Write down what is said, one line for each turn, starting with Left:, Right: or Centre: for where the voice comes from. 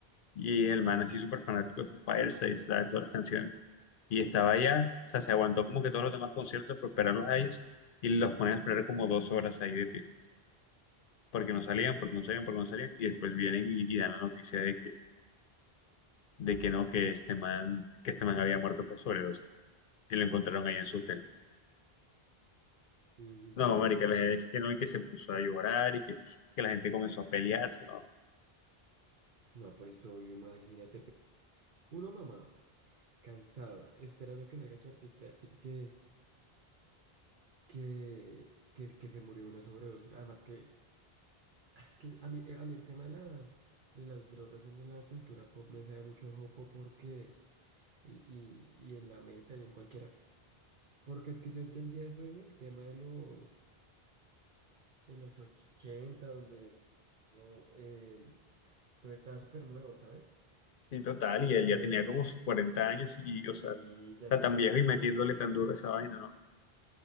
Left: y el man así súper fanático de Foo Fighters, se sabe todas las canciones, y estaba allá, o sea, se aguantó como que todos los demás conciertos por esperarlos a ellos, y los ponían a esperar como dos horas ahí de pie, porque no salían, porque no salían, porque no salían, y después vienen y, y dan la noticia de que, de que no, que este man, que este man había muerto por sobredosis, y lo encontraron ahí en su hotel.
Right: Sí,
Left: No,
Right: sí, sí,
Left: marica,
Right: mira
Left: la
Right: que.
Left: gente es que no, y que se puso a llorar y que, que la gente comenzó a pelearse, ¿no?
Right: No, pues obvio, imagínate. pe- Uno mamado, cansado, esperando que salga tu artista y que, que, que, que se murió de una sobredosis. Además que, es que a mí, eh, a mí el tema de la, de las drogas en la cultura pop me sabe mucho jopo porque, y, y, y en la meta y en cualquiera, porque es que yo entendía eso en el tema de los, de los 80, donde... oh, em, Todo estaba súper nuevo, ¿sabes?
Left: En total, y él
Right: Pero
Left: ya tenía como sus 40 años y, o sea,
Right: sí, ya
Left: está
Right: es
Left: tan
Right: un hombre,
Left: viejo y metiéndole
Right: ya es un señor.
Left: tan duro a esa vaina, ¿no?